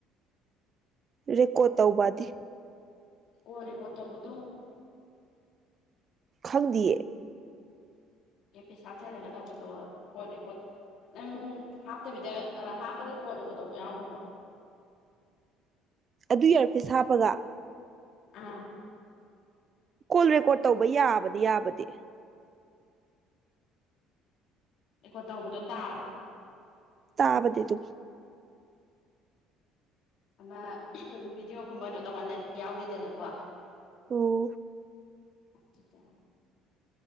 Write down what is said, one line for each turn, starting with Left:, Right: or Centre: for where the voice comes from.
Right: ꯔꯦꯀꯣꯠ ꯇꯧꯕꯗꯤ
Left: ꯀꯣꯔ ꯀꯣꯠꯇꯕꯨꯗ
Right: ꯈꯪꯪꯗꯌꯦ
Left: ꯑꯦ ꯄ ꯍꯥꯠꯆꯤꯂꯒ ꯇꯧꯕꯗꯣ ꯀꯣꯟ ꯔꯦꯀꯣꯠ ꯅꯪ ꯍꯥꯞꯇꯕꯤꯗ ꯍꯥꯞꯄꯒ ꯀꯣꯟ ꯔꯦꯀꯣꯠ ꯇꯧꯕ ꯌꯥꯎꯈ꯭ꯔꯕꯣ
Right: ꯑꯗꯨ ꯌꯔꯐꯦ ꯍꯥꯞꯄꯒ
Left: ꯑꯥ
Right: ꯀꯣꯜ ꯔꯦꯀꯣꯔꯠ ꯇꯧꯕ ꯌꯥꯕꯗꯤ ꯌꯥꯕꯗꯤ
Left: ꯑꯩꯀꯣ ꯇꯧꯕꯗꯣ ꯇꯥꯕ꯭ꯔꯥ
Right: ꯇꯥꯕꯗꯤ ꯑꯗꯨ
Left: ꯑꯃ ꯚꯤꯗꯤꯑꯣꯒꯨꯝꯕꯅꯣ ꯇꯣꯡꯉꯥꯟꯗꯗꯤ ꯌꯥꯎꯗꯦꯗꯅꯀꯣ
Right: ꯑꯣ
Left: ꯑꯐ꯭ꯔꯤꯀꯥ